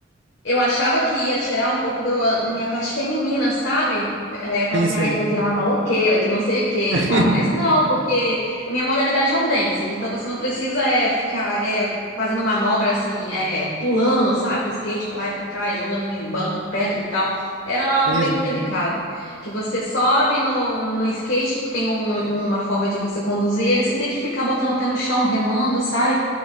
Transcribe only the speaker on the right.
Sim,
sim.
<laughs>
Tem